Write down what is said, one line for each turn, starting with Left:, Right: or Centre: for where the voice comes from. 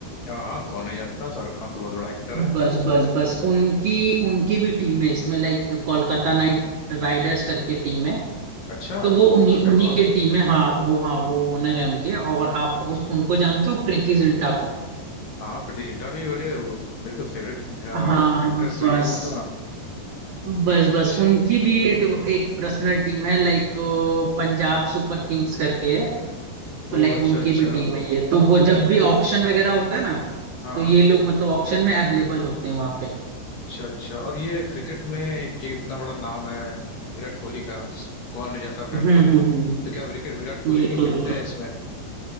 Left: हाँ हाँ कौन नहीं जानता शाहरुख खान तो बहुत बड़ा एक्टर है
Right: बस बस बस उनकी उनकी भी टीम है इसमें लाइक कोलकाता नाइट राइडर्स करके टीम है
Left: अच्छा
Right: तो वो उन्हीं
Left: अरे
Right: उन्हीं
Left: वाह
Right: के टीम है हाँ वो हाँ वो ओनर है उनके और आप उस उनको जानते हो प्रीति जिंटा को
Left: हाँ प्रीति जिंटा भी बड़े वो तो- मेरी तो फेवरेट
Right: हाँ
Left: एक्ट्रेस रही
Right: बस
Left: है वो तो हाँ
Right: बस
Left: अच्छा
Right: बस उनकी भी एक एक पर्सनल टीम है लाइक पंजाब सुपर किंग्स करके है तो लाइक
Left: ओ अच्छा
Right: उनकी
Left: अच्छा
Right: भी टीम है ये तो वो जब भी ऑक्शन वगैरह होता है ना
Left: हाँ
Right: तो
Left: हाँ
Right: ये लोग मतलब ऑक्शन में अवेलेबल होते हैं वहां पे
Left: अच्छा अच्छा और ये क्रिकेट में कि इतना बड़ा नाम है विराट कोहली का कौन नहीं जानता विराट
Right: हम्म
Left: कोहली
Right: हम्म
Left: को
Right: हम्म हम्म,
Left: तो क्या विराट विराट कोहली
Right: बिल्कुल
Left: भी खेलते
Right: बिल्कुल
Left: हैं इसमें